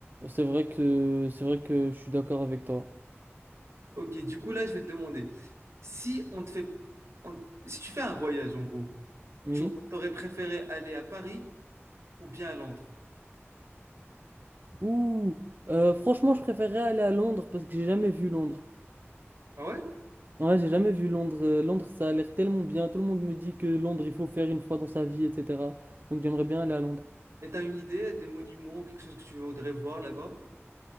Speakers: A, on the right; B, on the right.
A: c'est vrai que c'est vrai que je suis d'accord avec toi.
B: Ok, du coup, là, je vais te demander, si on te fait, on- si tu fais un voyage, en gros,
A: Oui.
B: tu aurais préféré aller à Paris ou bien à Londres?
A: Ouh, euh, franchement, je préférerais aller à Londres parce que j'ai jamais vu Londres.
B: Ah ouais?
A: Ouais, j'ai jamais vu Londres. Euh, Londres, ça a l'air tellement bien. Tout le monde me dit que Londres, il faut faire une fois dans sa vie, etc. Donc j'aimerais bien aller à Londres.
B: Et t'as une idée des monuments, quelque chose que tu voudrais voir là-bas?